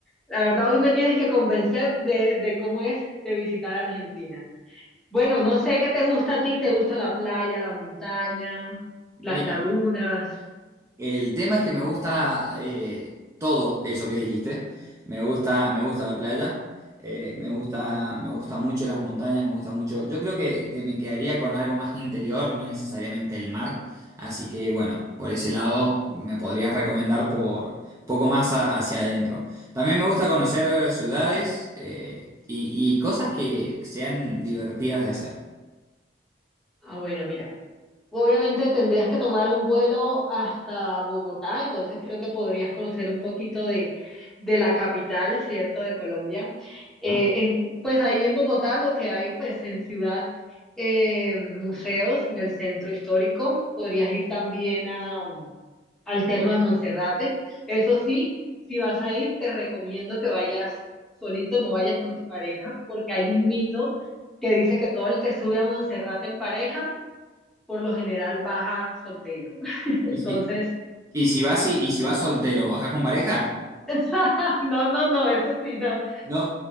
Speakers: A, in the centre; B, on the right (about 15°).
A: La verdad hoy me tienes que convencer de, de cómo es de visitar Argentina. Bueno, no sé qué te gusta a ti, te gusta la playa, la montaña,
B: Mira,
A: las lagunas.
B: El tema es que me gusta eh, todo eso que dijiste. Me gusta, me gusta la playa, eh, me gusta, me gusta mucho las montañas, me gusta mucho. Yo creo que, que me quedaría con algo más interior, no necesariamente el mar. Así que bueno, por ese lado me podrías recomendar por poco más a- hacia adentro. También me gusta conocer ciudades eh, y, y cosas que sean divertidas de hacer,
A: Ah, bueno, mira. Obviamente tendrías que tomar un vuelo hasta Bogotá, entonces creo que podrías conocer un poquito de, de la capital, ¿cierto?, de Colombia. Eh,
B: ¿no?
A: en- pues ahí en Bogotá lo que hay, pues en ciudad, eh, museos, en el centro histórico, podrías ir también a, al Cerro de Monserrate. Eso sí, si vas a ir, te recomiendo que vayas solito, no vayas con tu pareja, porque hay un mito que dice que todo el que sube a Monserrate en pareja, por lo general baja soltero. <laughs> Entonces,
B: Y si, y si vas, y si vas soltero, ¿vas con pareja?
A: <laughs> no, no, no, eso sí, no,
B: No,